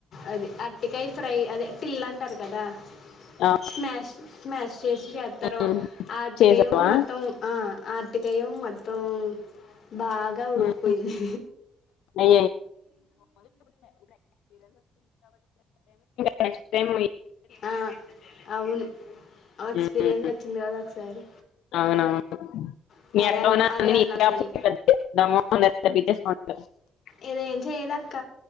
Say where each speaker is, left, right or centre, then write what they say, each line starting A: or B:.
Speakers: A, on the left (about 60°); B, on the left (about 80°).
A: అది అరటికాయ ఫ్రై అదే టిల్ల అంటారు కదా
B: ఆ
A: స్మాష్ స్మాష్ చేసి చేత్తారూ
B: ఉమ్
A: ఆ అరటికాయమో
B: చేసావా
A: మొత్తం ఆ అరటికాయమో మొత్తం బాగా ఉడుకుపోయింది
B: ఉమ్ <inaudible> <inaudible> నెక్స్ట్ టైమ్
A: ఆ అవును ఎక్స్పీరియన్స్
B: ఉమ్
A: వచ్చింది కదా ఒకసారి.
B: అవునవును
A: ప్చ్
B: మీ
A: అదే
B: అక్క
A: అనుకో
B: ఉన్న
A: అదే
B: అన్ని
A: అన్నాను
B: నీకే
A: నేను.
B: <inaudible>
A: ఇదేం చేయదక్క.